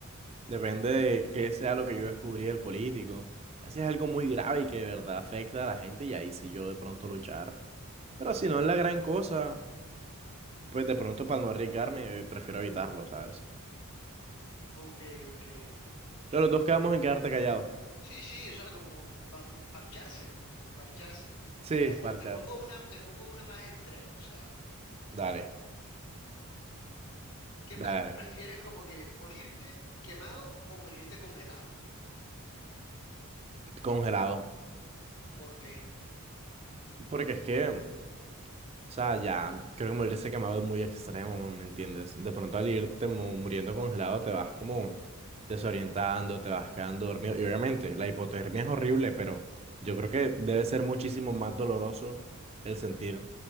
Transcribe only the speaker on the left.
Ok, ok.
Sí, sí, o sea, como pa- parcharse, parcharse.
Ah, Te,
te pongo una, te pongo una más extrema, o sea,
¿qué
pre- prefieres como que morirte quemado o morirte congelado?
¿Por qué?